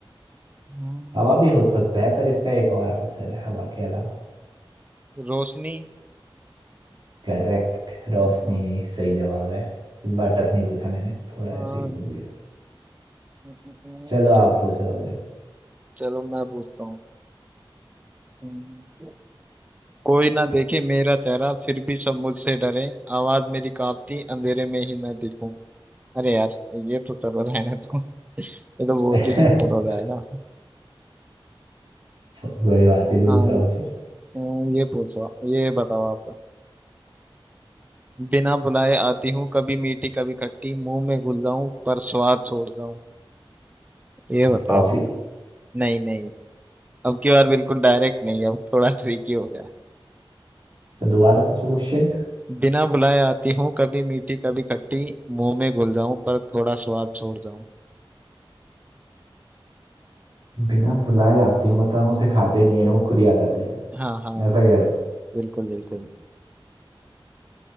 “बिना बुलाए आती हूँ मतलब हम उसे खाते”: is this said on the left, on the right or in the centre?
Right